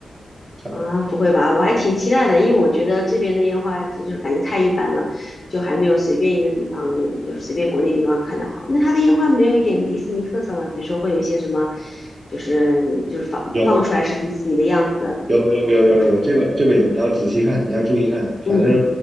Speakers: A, on the right (about 35°); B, on the left (about 35°).
A: 差不多
B: 啊，不会吧？我还挺期待的，因为我觉得这边的烟花就是感觉太一般了，就还没有随便一个地方，就是随便国内地方看的好。那它的烟花没有一点迪士尼特色吗？比如说会有一些什么，就是就是放放出来是迪士尼的样子的，
A: 有有有有有有这个这个有，
B: 比如它
A: 你要仔细看，你要注意看。
B: 嗯
A: 反正